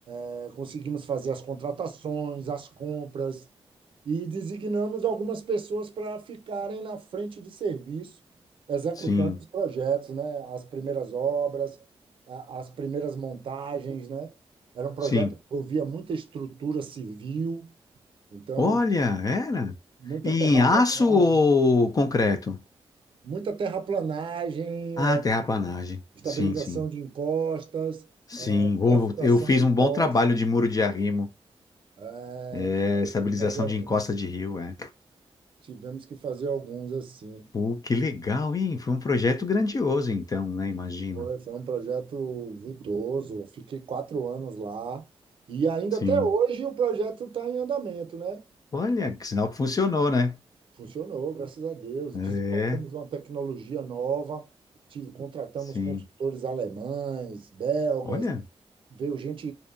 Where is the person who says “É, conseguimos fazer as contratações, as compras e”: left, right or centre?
Right